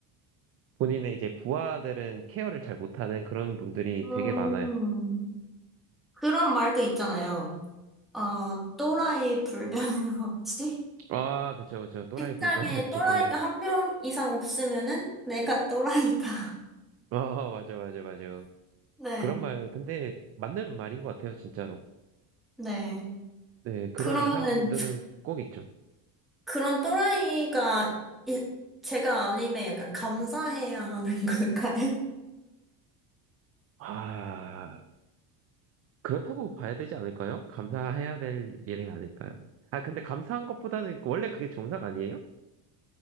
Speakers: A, on the right; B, in the centre.
A: 본인의 이제 부하들은 케어를 잘 못하는 그런 분들이
B: 음,
A: 되게 많아요.
B: 그런 말도 있잖아요. 어, 또라이 불변의 <laughs> 법칙?
A: 아, 그쵸, 그쵸. 또라이
B: 책장에
A: 불변의 <laughs> 법칙
B: 또라이가
A: 그런 게.
B: 한 명 이상 없으면은 내가 또라이다. <laughs>
A: 아, 맞아, 맞아, 맞아.
B: 네,
A: 그런 말, 근데 맞는 말인 것 같아요, 진짜로.
B: 네.
A: 네, 그런
B: 그러면은
A: 이상한 분들은 꼭 있죠.
B: 그런 또라이가 이- 제가 아님에 약간 감사해야 하는 <laughs> 걸까요?
A: 아, 그렇다고 봐야 되지 않을까요? 감사해야 될 일이 아닐까요? 아, 근데 감사한 것보다는 원래 그게 정상 아니에요?